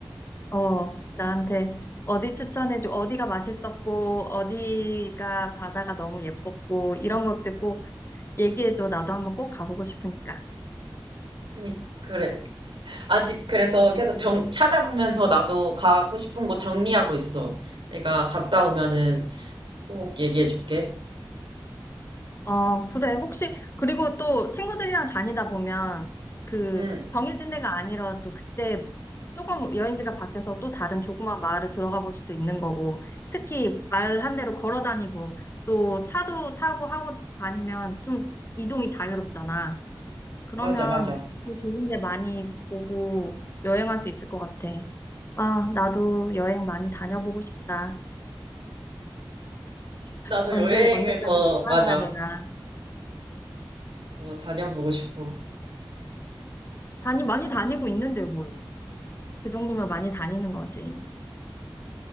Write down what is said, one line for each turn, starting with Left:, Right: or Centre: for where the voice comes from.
Left: 어, 나한테 어디 추천해줘, 어디가 맛있었고, 어디가 바다가 너무 예뻤고, 이런 것들 꼭 얘기해줘. 나도 한번 꼭 가보고 싶으니까.
Right: 그니, 그래. 아직 그래서 계속 정, 찾아보면서 나도 가고 싶은 곳 정리하고 있어. 내가 갔다 오면은 꼭 얘기해줄게.
Left: 어, 그래. 혹시, 그리고 또 친구들이랑 다니다 보면 그
Right: 응,
Left: 정해진 데가 아니라도 그때 조금 여행지가 바뀌어서 또 다른 조그만 마을을 들어가 볼 수도 있는 거고, 특히 말한 대로 걸어 다니고, 또 차도 타고 하고 다니면 좀 이동이 자유롭잖아. 그러면
Right: 맞아, 맞아.
Left: 더 좋은 데 많이 보고 여행할 수 있을 것 같아. 아, 나도 여행 많이 다녀보고 싶다.
Right: 나도
Left: 언제,
Right: 여행을
Left: 언제까지
Right: 더,
Left: 일만
Right: 맞아.
Left: 해야 되나.
Right: 어, 다녀보고 싶어.
Left: 다니, 많이 다니고 있는데 뭘. 그 정도면 많이 다니는 거지.